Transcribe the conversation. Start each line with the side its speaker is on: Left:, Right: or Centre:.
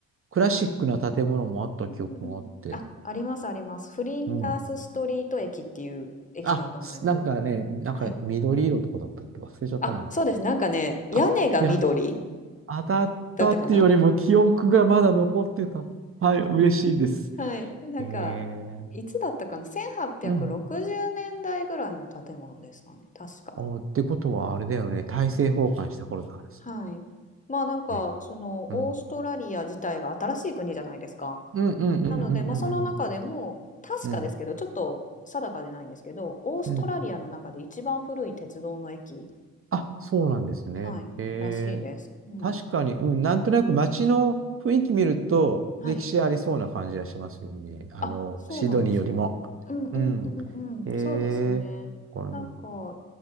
Right: クラシックな建物もあった記憶があって。
Left: うんうん。あ、ありますあります。フリンダースストリート駅っていう駅だと思います。
Right: うん。あ、すなんかね、なんか緑色とかだったっけ忘れちゃったな。
Left: はい。あ、そうです。なんかね、屋根が緑。
Right: あ、や、当たったっていうよりも記憶がまだ残ってた。
Left: だったかな
Right: はい、嬉しいです。
Left: はい。なんか、
Right: へえ。
Left: いつだったかな ?1860
Right: うん。
Left: 年代ぐらいの建物ですかね。確か。
Right: お、ってことはあれだよね。大政奉還した頃だからさ。
Left: はい。まあなんか、
Right: ね。
Left: その、
Right: うん。
Left: オーストラリア自体が新しい国じゃないですか。
Right: うんうんうんうんうんうん。
Left: なので、まあその中でも、確かですけど、
Right: うん。
Left: ちょっと定かでないんですけど、オーストラリアの中で一番古い鉄道の駅、
Right: うん。あ、そうなんですね。
Left: はい、
Right: へ
Left: らしいです。
Right: え。
Left: うん。
Right: 確かに、うん、なんとなく街の雰囲気見ると、
Left: はい。
Right: 歴史ありそうな感じがしますよね。あの、
Left: あ、そうなんですよ。
Right: シドニーよりも。
Left: うんうんう
Right: うん。
Left: んうん。
Right: えー、
Left: そうですね。
Right: これも
Left: なんか、